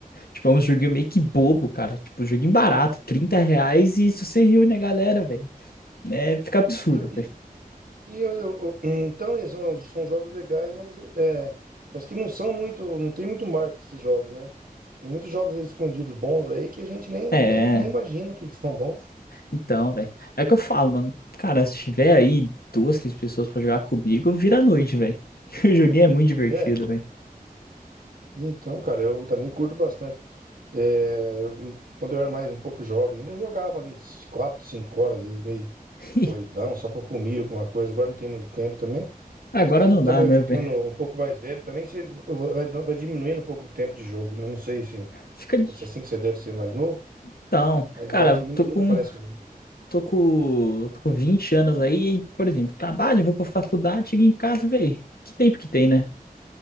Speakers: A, on the left; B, on the right.
A: Tipo, é um joguinho meio que bobo, cara. Tipo, joguinho barato, 30 reais e se você reúne a galera, velho. né fica absurdo,
B: E,
A: velho.
B: e- E eu, eu- eu- então, eles são, são jogos legais, mas é, parece que não são muito, não tem muito marketing esses jogos, né? Tem muitos jogos aí escondidos bons aí que a gente nem,
A: É,
B: nem, nem imagina que são bons.
A: então, velho. É o que eu falo, mano. Cara, se tiver aí duas, três pessoas pra jogar comigo, vira a noite, velho. <laughs> O joguinho é muito divertido,
B: É,
A: velho.
B: então, cara, eu também curto bastante. É, eu- quando eu era mais um pouco jovem, ainda eu jogava ali 4 5 horas, e meio
A: <laughs>
B: corridão, só pra comer alguma coisa. Agora não tem muito tempo também.
A: Agora
B: Parece que a gente
A: não
B: também
A: dá,
B: vai
A: né,
B: ficando
A: velho?
B: um pouco mais velho, também você vai, vai diminuindo um pouco o tempo de jogo, né? Não sei se.
A: Fica. de-
B: Você assim que você deve ser mais novo,
A: Então,
B: mas
A: cara,
B: vai diminuindo,
A: tô com.
B: parece o jogo.
A: Tô com. Tô com 20 anos aí, e, por exemplo, trabalho, vou pra faculdade, chego em casa, velho. Que tempo que tem, né?